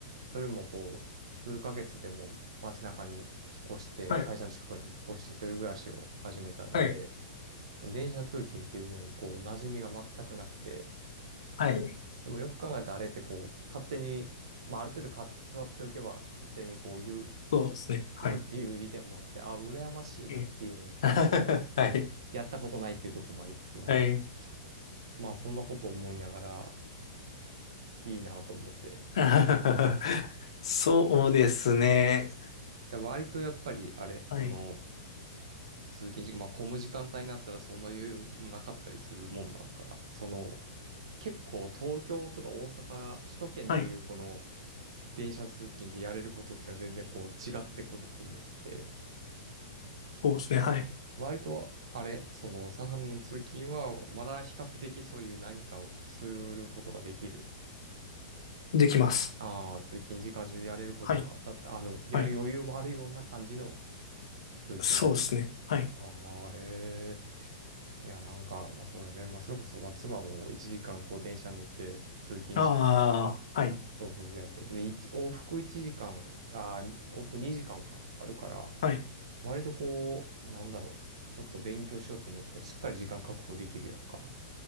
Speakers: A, on the right; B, on the left.
A: それもこう、数ヶ月でもう街中に引っ越して、
B: はい。
A: 会社の近くに引っ越して一人暮らしを始めたので、
B: はい。はい。
A: 電車通勤っていうものにこう、馴染みが全くなくて、
B: はい
A: でもよく考えたらあれってこう、勝手に、まあ、ある程度か座っておけば勝手にこう、ゆ
B: そうですね。
A: つくっていう利点もあって、
B: はい。
A: あ、羨ましいなっていうのをちょっとこう、
B: うん <laughs> はい。
A: やったことないっていうところもありつつなんで、
B: はい。
A: まあそんなことを思いながらいいなと思って。
B: <laughs> そうですね。
A: で割とやっぱりあれ、その、
B: はい。
A: 通勤時間、まあ混む時間帯になったらそんな余裕もなかったりするもんなのかな。その、結構東京とか大阪、首都圏でいうこの
B: はい。
A: 電車通勤でやれることっていうのは全然こう違ってくると思ってて、
B: そうですね。はい。
A: 割とあれ、そのサハラの通勤はまだ比較的そういう何かをすることができる
B: できます。
A: ああ、通勤時間中やれることが、
B: はい。
A: た、あの、やる余裕もあるような感じの
B: はい。
A: 通勤だよ。
B: そうですね。はい。
A: ああ、へえ。いや、なんか、まあそうよね。まあそれこそ、まあ妻も1時間こう電車乗って通勤時間、
B: ああ、はい。
A: そうそうそうやってる。で、一往復1時間、ああ、に往復2時間か、あるから、
B: はい。
A: 割とこう、なんだろう。ちょっと勉強しようと思っても、しっかり時間確保できるやんか。